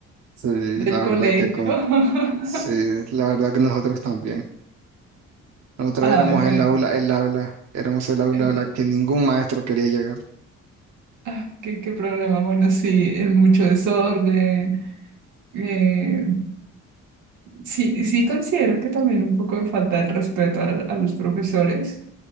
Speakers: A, on the right; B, on the right.
A: Sí,
B: del
A: la
B: colegio.
A: verdad que con,
B: <laughs>
A: sí, la verdad que nosotros también. Nosotros
B: Ay,
A: éramos
B: bueno.
A: el aula, el aula, éramos el aula
B: el-
A: a la que ningún maestro quería llegar.
B: ah, ¿Qué, qué problema? Bueno, sí, el mucho desorden, eh, Sí, sí considero que también un poco de falta de respeto a, a los profesores.